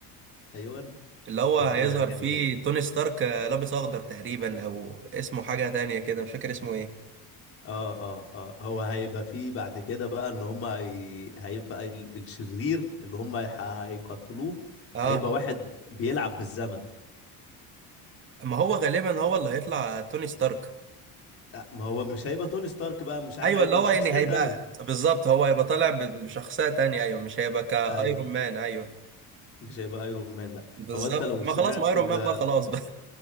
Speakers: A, on the left; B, on the right.
A: ايوه
B: اللي هو
A: انت
B: هيظهر
A: متابع كده
B: فيه
A: زي
B: توني ستارك آه، لابس اخضر تقريبا او اسمه حاجة تانية كده مش فاكر اسمه ايه
A: اه اه اه هو هيبقى فيه بعد كده بقى ان هم هي... هيبقى ال... الشرير اللي هم هي... هيقتلوه
B: اه
A: هيبقى واحد بيلعب بالزمن
B: ما هو غالبا هو اللي هيطلع توني ستارك
A: آه، ما هو مش هيبقى توني ستارك بقى مش ع-
B: ايوه
A: هيبقى
B: اللي هو
A: بشخصية
B: يعني هيبقى
A: تانية
B: بالظبط هو هيبقى طالع ب- بشخصية تانية ايوه مش هيبقى كايرون
A: اي
B: مان ايوه
A: مش هيبقى ايرون مان لا
B: بالظبط
A: هو انت لو
B: ما
A: سمعت
B: خلاص ما ايرون
A: ب...
B: مان بقى خلاص بقى